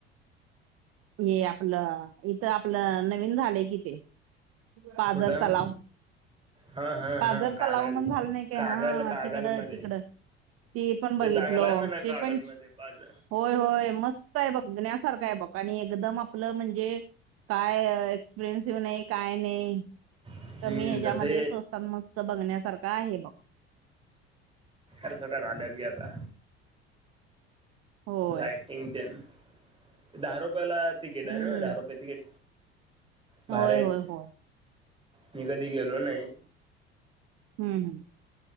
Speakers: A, on the right; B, on the right.
A: ये आपलं इथं आपलं नवीन झालंय कि ते- पाजर
B: कुठं
A: तलाव
B: हा हा
A: पाजर
B: हा कागल
A: तलाव म्हण झालं नाही काय
B: कागल
A: हा
B: कागलमध्ये
A: तिकड तिकडं. ते पण बघितलं
B: चांगला आहे म्हणा कागलमध्ये
A: ते पण
B: पाज
A: होय होय मस्त आहे बघण्या सारखं आहे बघ आणि एकदम आपलं म्हणजे काय एक्सपरेन्सिव नाही काय नाही
B: हम्म
A: कमी हच्यामध्येच
B: तसे
A: स्वस्तात मस्त. बघण्यासारखं आहे बघ.
B: अर्जदार आल्यात घे आता
A: होय
B: लायटिंग तेन दहारू. याला टिकीट
A: हम्म
B: आहे ना दहा रुपये टिकीट भारी
A: होय
B: आहे
A: होय
B: ते
A: होय
B: मी कधी गेलो नाही.
A: हू हू.